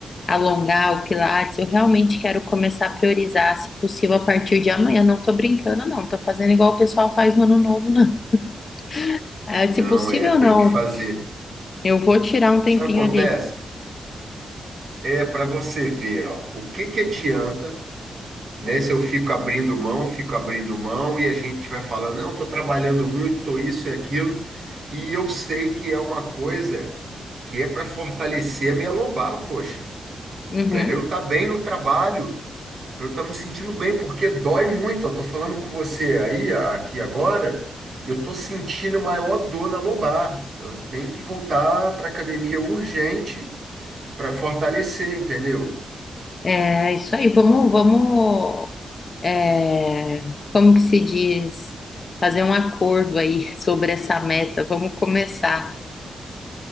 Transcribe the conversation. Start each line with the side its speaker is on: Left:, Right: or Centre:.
Left: Alongar o Pilates, eu realmente quero começar a priorizar, se possível, a partir de amanhã. Não tô brincando, não. Tô fazendo igual o pessoal faz no ano novo, não. <laughs> É,
Right: Não
Left: se possível,
Right: é, tem
Left: não.
Right: que fazer.
Left: Eu vou tirar um
Right: Sabe
Left: tempinho
Right: o que acontece?
Left: ali.
Right: É para você ver, ó, o que que adianta, né? Se eu fico abrindo mão, fico abrindo mão e a gente vai falando, não, estou trabalhando muito, estou isso e aquilo, e eu sei que é uma coisa que é para fortalecer a minha lombar, poxa,
Left: Uhum.
Right: para eu estar bem no trabalho. Pra eu estar me sentindo bem, porque dói muito. Eu tô falando com você aí, a- aqui agora, eu tô sentindo maior dor na lombar. Eu tenho que voltar para academia urgente para fortalecer, entendeu?
Left: É isso aí. Vamos, vamos. é, como que se diz? Fazer um acordo aí <laughs> sobre essa meta. Vamos começar.